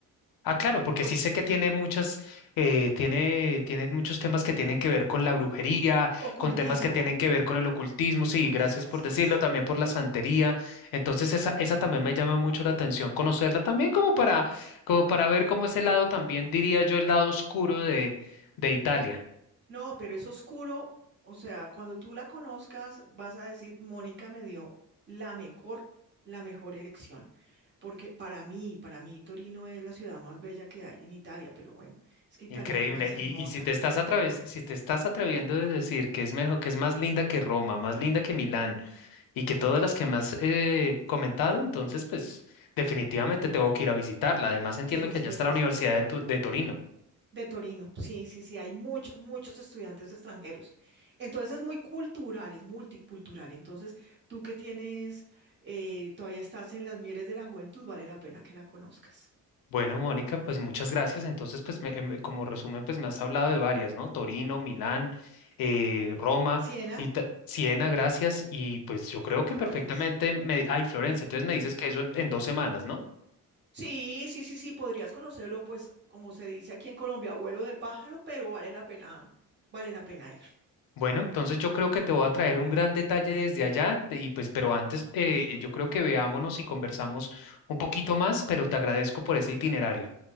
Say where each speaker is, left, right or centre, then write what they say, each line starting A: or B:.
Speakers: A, on the left; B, on the right.
A: Ah, claro, porque
B: por
A: sí sé que tiene muchas, eh, tiene, tiene muchos temas que tienen que ver con la brujería,
B: ocultismo.
A: con temas que tienen que ver con el ocultismo, sí, gracias
B: Sí, así
A: por decirlo,
B: es.
A: también por la santería. Entonces, esa, esa también me llama mucho la atención, conocerla también como para, como para ver cómo ese lado también, diría yo, el lado oscuro de, de Italia.
B: No, pero es oscuro. O sea, cuando tú la conozcas, vas a decir, Mónica me dio la mejor, la mejor elección. Porque para mí, para mí, Torino es la ciudad más bella que hay en Italia. Pero bueno, es que Italia
A: Increíble.
B: toda es hermosa.
A: Y, y si te estás atraves, si te estás atreviendo a decir que es mejor, que es más linda que Roma, más linda que Milán, y que todas las que me has eh, comentado, entonces pues definitivamente tengo que ir a visitarla. Además entiendo
B: Tienes
A: que allá
B: que
A: está
B: ir a
A: la
B: visitarla.
A: Universidad de, Tu- de Torino.
B: De Torino, sí, sí, sí, hay muchos, muchos estudiantes extranjeros. Entonces es muy cultural, es multicultural. Entonces, tú que tienes, eh, todavía estás en las mieles de la juventud, vale la pena que la conozcas.
A: Bueno, Mónica, pues muchas gracias. Entonces, pues me- em, como resumen, pues me has hablado de varias, ¿no? Torino, Milán, eh, Roma
B: Siena,
A: y ta- Siena, gracias. Y pues yo creo que
B: Florencia.
A: perfectamente me... Ay, Florencia, entonces me dices que eso en en dos semanas, ¿no?
B: Sí, sí, sí, sí, podrías conocerlo, pues, como se dice aquí en Colombia, abuelo de pájaro, pero vale la pena, vale la pena ir.
A: Bueno, entonces yo creo que te voy a traer un gran detalle desde allá te- y pues, pero antes eh, yo creo que veámonos y conversamos un poquito más, pero te agradezco por ese itinerario.